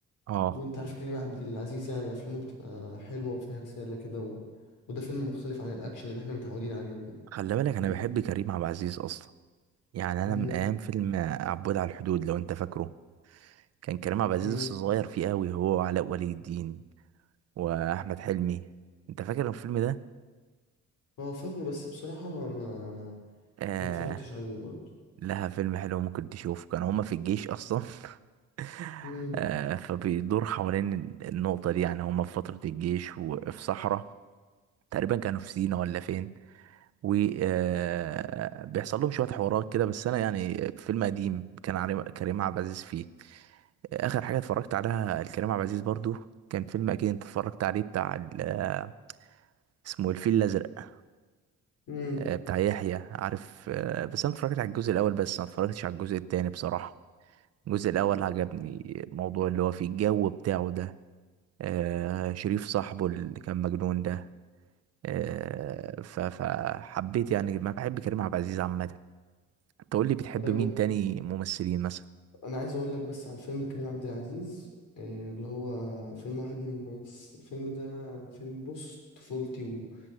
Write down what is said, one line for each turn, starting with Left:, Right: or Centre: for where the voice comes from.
Right: اه
Left: وانت عارف كريم عبد العزيز يعني أفلامه بتبقى حلوة وفيها رسالة كده و... وده فيلم مختلف عن الأكشن اللي احنا متعودين عليه وكده
Right: خلي بالك انا
Left: من
Right: بحب
Left: كريم
Right: كريم عبد العزيز اصلا يعني انا
Left: مم.
Right: من ايام فيلم عبود على الحدود لو انت فاكره كان كريم عبد العزيز
Left: مم.
Right: لسه صغير فيه قوي هو وعلاء ولي الدين واحمد حلمي انت فاكر الفيلم ده
Left: هو فاكره بس بصراحة ما
Right: آه
Left: ما اتفرجتش عليه برضه
Right: لها فيلم حلو ممكن تشوف كان هما في الجيش اصلا <laughs>
Left: مم.
Right: آه، فبيدور حوالين النقطة دي يعني هما في فترة الجيش وفي صحراء تقريبا كانوا في سينا ولا فين وبيحصل لهم شوية حوارات كده بس أنا يعني فيلم قديم كان عري- كريم عبد العزيز فيه آخر حاجة اتفرجت عليها الكريم عبد العزيز برضو كان فيلم أكيد أنت اتفرجت عليه بتاع ال- آه، اسمه إيه، الفيل الأزرق
Left: مم.
Right: آه، بتاع يحيى عارف آه، بس أنا اتفرجت على الجزء الأول بس ما اتفرجتش على الجزء التاني بصراحة الجزء الأول عجبني الموضوع اللي هو فيه الجو بتاعه ده آه شريف صاحبه اللي كان مجنون ده آه ف- فحبيت يعني ما بحب كريم عبد العزيز عامة تقول لي بتحب
Left: أيوه
Right: مين تاني ممثلين مثلا
Left: انا عايز اقول لك بس على فيلم كريم عبد العزيز آه، اللي هو فيلم واحد من الناس الفيلم ده فيلم بص طفولتي و...